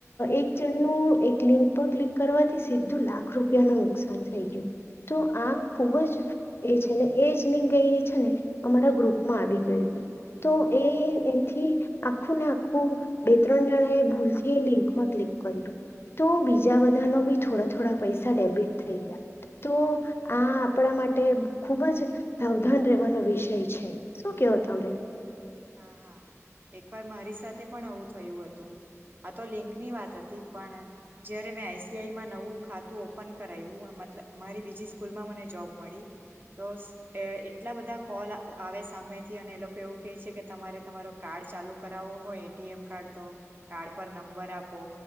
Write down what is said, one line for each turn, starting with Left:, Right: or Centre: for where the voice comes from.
Left: એક જણનું એક લિંક પર ક્લિક કરવાથી સીધું લાખ રૂપિયા ન નુકસાન થઈ ગયું તો આ ખુબ જ એ છે ને એ જ લિંક એ છે ને અમારા ગ્રુપમાં આવી ગયું હતું તો એ એથી આખું ને આખું બે ત્રણ જણા એ ભૂલથી લિંકમાં ક્લિક તો બીજા બધા ન બી થોડા થોડા પૈસા ડેબિટ થઈ ગયા તો આ આપણા માટે ખુબ જ સાવધાન રહેવાનો વિષય છે શું કેવો તમે
Right: હા હા એકવાર મારી સાથે પણ એવું થયું હતું આ તો લિંક ની વાત હતી પણ જયારે મેં આઈસીઆઈમાં નવું ખાતું ઓપન કરાવ્યું મત મારી બીજી સ્કૂલમાં મને જોબ મળી તો એટલા બધા કોલ આવે સામેથી અને એ લોકો એવું કહે છે કે તમારે તમારો કાર્ડ ચાલુ કરાવવો હોય એટીએમ કાર્ડ તો કાર્ડ પર નંબર આપો